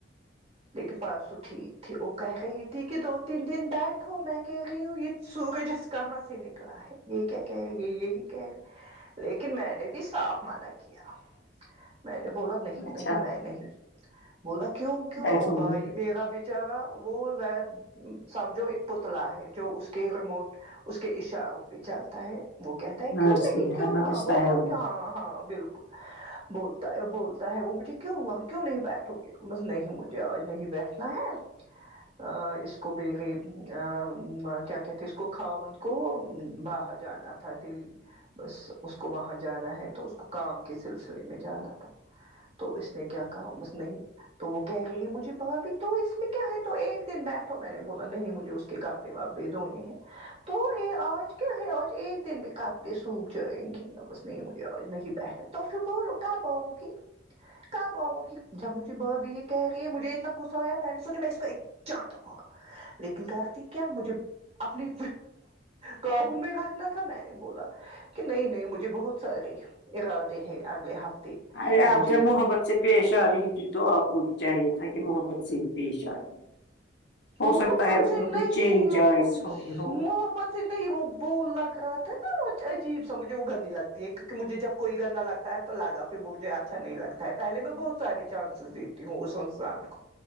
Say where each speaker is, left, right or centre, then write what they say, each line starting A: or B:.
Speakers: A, on the right; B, on the left.
A: لیکن پرسو ٹھیک تھی وہ کہہ رہی تھی کہ دو تین دن بیٹھو میں کہہ رہی ہوں یہ سورج کہاں سے نکلا ہے یہ کیا کہے رہی ہے لیکن میں نے بھی صاف مانا کیا میں نے بولا نہیں
B: اچھا
A: نہیں میں نہیں بولا کیوں کیوں
B: بیٹھوں
A: او بھائی
B: گی
A: میرا بھی جگہ وہ وہ سمجھو ایک پتلا ہے جو اس کے ریموٹ اس کے اشاروں پہ چلتا ہے وہ کہتے
B: ناچتی
A: کیوں نہیں
B: ہے
A: کیوں
B: ناچتا
A: بولو
B: ہے وہ
A: کی ہاں ہاں بلکل بولتا ہے بولتا ہے وہ مجھے کیوں وہ کیوں نہیں بیٹھو گے بس نہیں مجھے آج نہیں بیٹھنا ہے ا اس کو بھی گئی کیا کہتے ہیں اس کو کھاوند کو باہر جانا تھا دلی بس اس کو وہاں جانا ہے تو اس کو کام کے سلسلے میں جانا تھا تو اس نے کیا کہا بس نہیں تو وہ کہہ رہئی ہے مجھے بھابی تو اس میں کیا ہے تو ایک دن بیٹھو میں نے بولا نہیں مجھے اس کے کام جواب دیدو انھیں تو یہ آج کیا ہے آج ایک دن میں <unintelligible> کپڑے سوکھ جائیں گے بس نہیں مجھے آج نہیں بیٹھا تو پھر بولو کب آوگی کب آو گی جب مجھے بھابی یہ کہہ رہی ہے مجے اتنا غصہ آیا میں نے سوچا میں اس کا چانٹوا گا لیکن کرتی کیا مجھے <unintelligible> اپنی قابو میں رکھنا تھا میں نے بولا کہ نہیں نہیں مجھے بہت سارے ارادے ہیں اگلے ہفتے
B: ارے
A: مجھے
B: آپ جب محبت سے پیش آ رہی تھی تو آپ کو بھی چاہیے تھا کہ محبت سے بھی پیش آتی
A: محبت
B: ہو سکتا ہے اس
A: سے
B: میں
A: نہیں
B: کوئی چینج
A: ہوں
B: آئز ہوئی ہو
A: محبت نہیں وہ وہ لگ رہا تھا نا عجیب سا مجھے وہ گندی لگتی ہے کیونکہ مجھے جب کوئی گندا لگتا ہے تو لاگا پھر مجھے اچھا نہیں لگتا ہے پہلے میں بہت سارے چانسز دیتی ہوں اس انسان کو